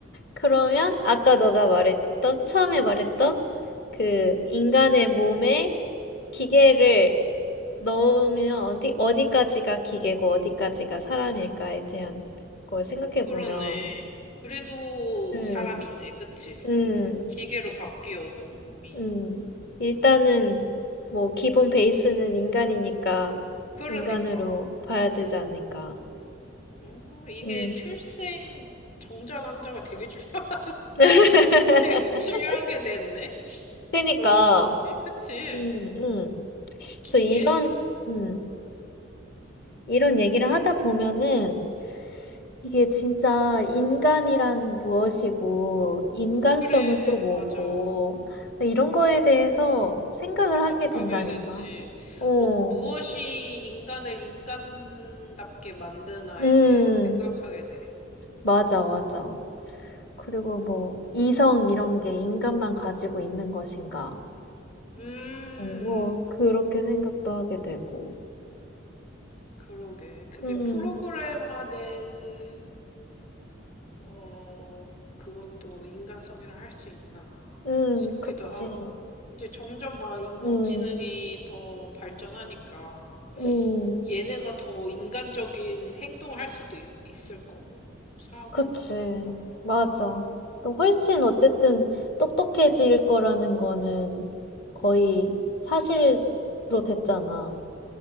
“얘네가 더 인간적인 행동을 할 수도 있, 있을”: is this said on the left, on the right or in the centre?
Left